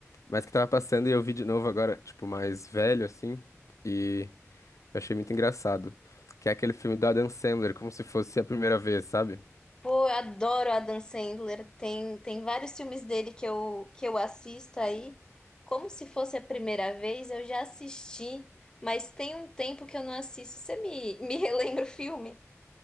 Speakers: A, on the left (about 80°); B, on the left (about 15°).
A: Mas que tava passando e eu vi de novo agora, tipo, mais velho assim, e eu achei muito engraçado. Que é aquele filme do Adam Sandler, como se fosse a primeira vez, sabe?
B: Pô, eu adoro Adam Sandler. Tem, tem vários filmes dele que eu, que eu assisto aí. Como se fosse a primeira vez, eu já assisti, mas tem um tempo que eu não assisto. Você me, <laughs> me relembra o filme?